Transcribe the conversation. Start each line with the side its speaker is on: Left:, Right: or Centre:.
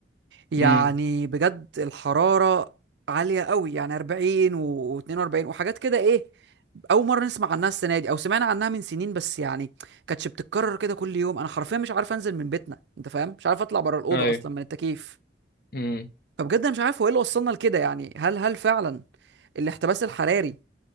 Right: يعني
Left: امم
Right: بجد الحرارة عالية قوي يعني 40 و42 وحاجات كده ايه اول مرة نسمع عنها السنة دي او سمعنا عنها من سنين بس يعني كانتش بتتكرر كده كل يوم انا حرفيا مش عارف انزل من بيتنا انت فاهم مش عارف اطلع بره الأوضة
Left: ايوه
Right: اصلا من التكييف
Left: امم
Right: فبجد انا مش عارف هو ايه اللي وصلنا لكده يعني هل هل فعلا الاحتباس الحراري